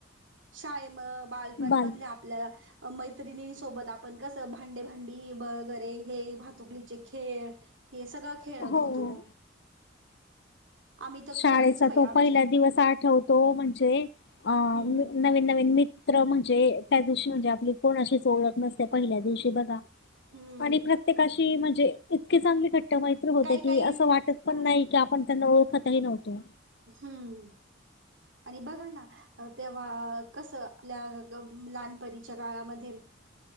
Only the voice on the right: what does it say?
शायम बालपण
मधल्या आप प्ल अहो मैत मैत्रिणींसोबत सोबत आपण कसं भांडे भांडी वगैरे हे भातुकलीचे खेळ हे सगळं खेळत
होतो. आम्ही तर
खेळायचो बाई
आमच्या
हम्म
हम्म
काही
काही
अ
हम्म आणि बघा ना तेव्हा कसं आपल्या- लहानपरीच्या काळामध्ये.